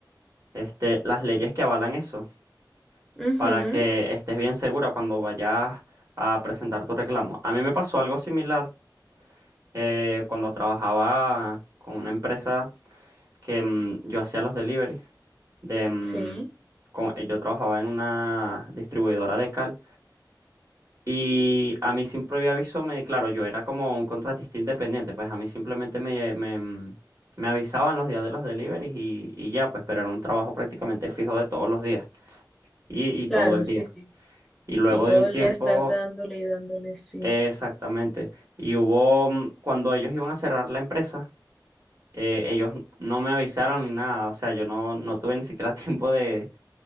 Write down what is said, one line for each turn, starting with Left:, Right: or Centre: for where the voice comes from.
Right: este, las leyes que avalan eso,
Centre: Ujú,
Right: para que estés bien segura cuando vayas a presentar tu reclamo. A mí me pasó algo similar eh, cuando trabajaba con una empresa que mm, yo hacía los deliveries. De, mm,
Centre: Sí,
Right: con- eh, yo trabajaba en una distribuidora de cal Y a mí sin previo aviso me, claro, yo era como un contratista independiente, pues a mí simplemente me, me, mm, me avisaban los días de los deliveries y, y ya, pues, pero era un trabajo prácticamente fijo de todos los días y, y
Centre: claro,
Right: todo el
Centre: sí,
Right: día.
Centre: sí.
Right: Y luego
Centre: Y todo
Right: de un
Centre: el
Right: tiempo,
Centre: día estar dándole y dándole, sí.
Right: eh, exactamente, y hubo, mm, cuando ellos iban a cerrar la empresa, eh, ellos no me avisaron ni nada, o sea, yo no, no tuve ni siquiera <laughs> tiempo de,